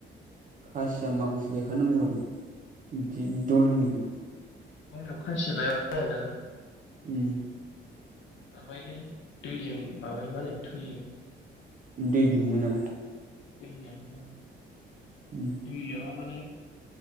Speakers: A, on the right; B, on the left.
A: खाासिया माखासे गायखानांगौ आरो <inaudible> दलहानिखौ
B: दलहायाव खाायसि गायाबा जायाना
A: उम
B: माबायोलै दैजों माबायो मा होनो थैयो।
A: दै लोमोना
B: दैयानो
A: उम
B: दैलोमाबा